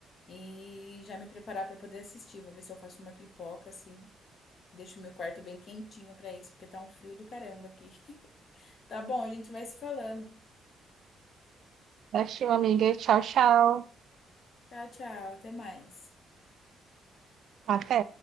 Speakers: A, on the left; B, on the right.
A: e já me preparar pra poder assistir. Vou ver se eu faço uma pipoca assim, deixo o meu quarto bem quentinho pra isso, porque tá um frio do caramba aqui. <laughs> Tá bom, a gente vai se falando.
B: Assistiu, amiga. Tchau, tchau.
A: Tchau, tchau, até mais.
B: Até.